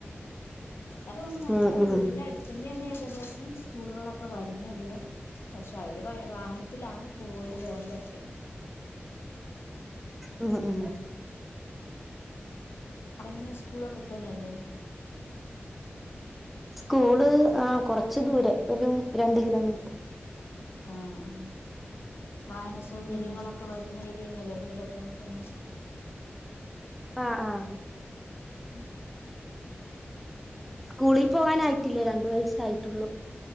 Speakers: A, on the left; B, in the centre.
A: അപ്പൊ നമ്മുടെ
B: ഉം
A: വീടിന്റെ
B: ഉം
A: അടുത്തെന്നെയാണ് ഉച്ചക്കേഷം സ്കൂള്കളൊക്കെ വരുന്നത് പക്ഷെ അവര് ട്ടിലാണ് പോലും വെര്ലൊക്കെ
B: ഉം ഉം
A: അവിടെ എങ്ങനെ സ്കൂളൊക്കത്തന്നെല്ലേ
B: സ്കൂള് ആ കൊറച്ച് ദൂരെ ഒരു രണ്ട് കിലോമീറ്റർ
A: ആ ആ വാഹന സൗകര്യങ്ങളൊക്കെ
B: ഉം
A: വരുന്ന ജീനല്ലേ വീടൊക്കെ ന്ക്ക്ന്നേ
B: ആഹ ആഹ
A: ഉം
B: സ്കൂളിൽ പോകാനായിട്ടില്ലേ രണ്ടു വയസായിട്ടുള്ളൂ